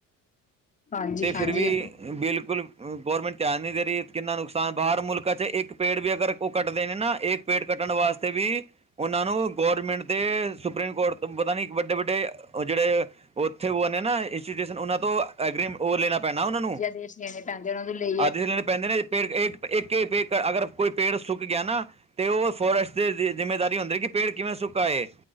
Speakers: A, on the left; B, on the right.
A: ਹਾਂਜੀ
B: ਤੇ ਫਿਰ
A: ਹਾਂਜੀ
B: ਵੀ ਬਿਲਕੁਲ ਗੌਰਮੈਂਟ ਧਿਆਨ ਨਈ ਦੇ ਰਈ ਕਿੰਨਾ ਨੁਕਸਾਨ ਬਾਰ ਮੁਲਕਾਂ 'ਚ ਇੱਕ ਪੇੜ ਵੀ ਅਗਰ ਓ ਕੱਟਦੇ ਨੇ ਨਾ ਇੱਕ ਪੇੜ ਕੱਟਣ ਵਾਸਤੇ ਵੀ ਉਹਨਾਂ ਨੂੰ ਗੌਰਮੈਂਟ ਤੇ ਸੁਪਰੀਮ ਕੋਰਟ ਪਤਾ ਨੀ ਇੱਕ ਵੱਡੇ-ਵੱਡੇ ਓ ਜੇੜੇ ਉੱਥੇ ਓ ਨੇ ਨਾ ਇੰਸਟਿਊਸ਼ਨ ਉਹਨਾਂ ਤੋਂ ਐਗਰੀ ਓ ਲੈਣਾ ਪੈਣਾ ਉਹਨਾਂ ਨੂੰ
A: ਦੇਸ਼ ਲੈਣੇ ਪੈਂਦੇ ਉਹਨਾਂ ਦੇ ਲਈ
B: ਆਦਿ ਲੈਣੇ ਪੈਂਦੇ ਨੇ ਪੇੜ ਇੱਕ ਅਗਰ ਕੋਈ ਪੇੜ ਸੁੱਕ ਗਿਆ ਨਾ ਤੇ ਓ ਫੋਰੈਸਟ ਜਿੰਮੇਦਾਰੀ ਹੁੰਦੀ ਕਿ ਪੇੜ ਕਿਵੇਂ ਸੁੱਕਾ ਹੈ